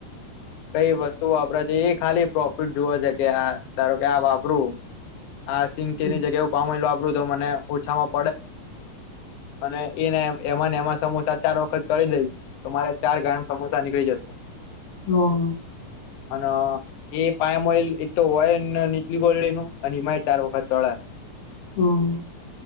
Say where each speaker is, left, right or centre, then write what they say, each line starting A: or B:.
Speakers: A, on the left; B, on the left.
A: કઈ વસ્તુ વાપરા છે એ ખાલી પ્રોફિટ જોવે છે કે આ ધા <unintelligible>
B: હ,
A: અને એને એમાં ને એમાં સમોસા ચાર વખત તળી દઈશ. તો મારે ચાર ગરમ સમોસા નીકળી જશે.
B: હા
A: અને એ પાયામ ઓઈલ એક તો ના નીચલી ગોળડી ન એનેમાંય ચાર વખત તોડા
B: હા